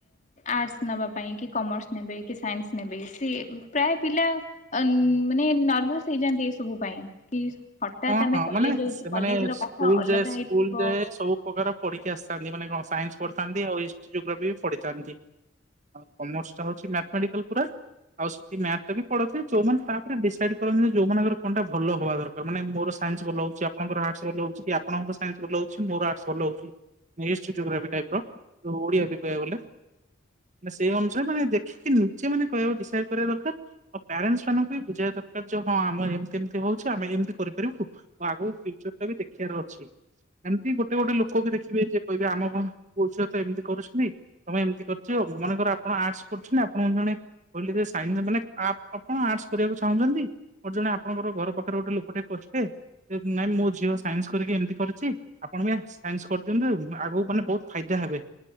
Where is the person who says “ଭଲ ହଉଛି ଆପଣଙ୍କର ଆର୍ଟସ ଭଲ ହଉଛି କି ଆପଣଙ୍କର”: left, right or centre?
Right